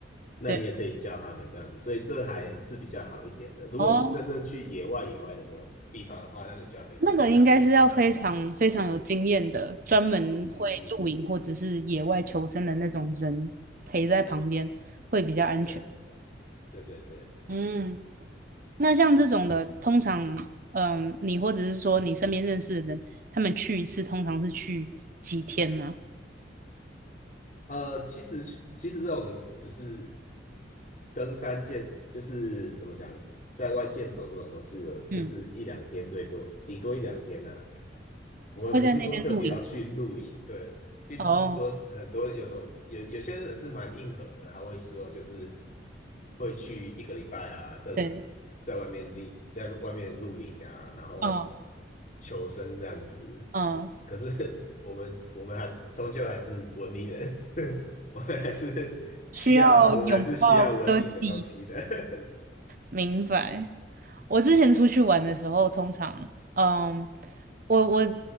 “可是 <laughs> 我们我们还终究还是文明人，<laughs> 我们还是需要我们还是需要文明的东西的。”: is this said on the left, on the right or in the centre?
Left